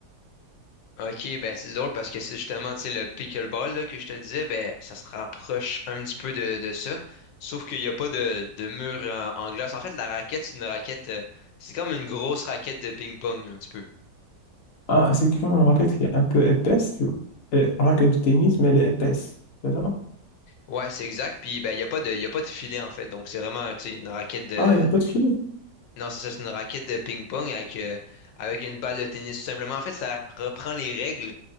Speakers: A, on the left (about 85°); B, on the left (about 55°).
A: Ok, ben c'est drôle parce que c'est justement, tu sais, le pickleball là, que je te disais, ben ça se rapproche un petit peu de, de ça, sauf qu'il n'y a pas de, de mur en, en glace. En fait, la raquette, c'est une raquette, euh, c'est comme une grosse raquette de ping-pong, un petit peu.
B: Ah, c'est comme une raquette qui est un peu épaisse, tu vois. Et une raquette de tennis, mais elle est épaisse. C'est ça?
A: Ouais, c'est exact, puis ben il n'y a pas de, il y a pas de filet, en fait, donc c'est vraiment, tu sais, une raquette de,
B: Ah, il n'y a pas de filet.
A: Non, c'est ça, c'est une raquette de ping-pong avec, euh, avec une balle de tennis, tout simplement. En fait, ça reprend les règles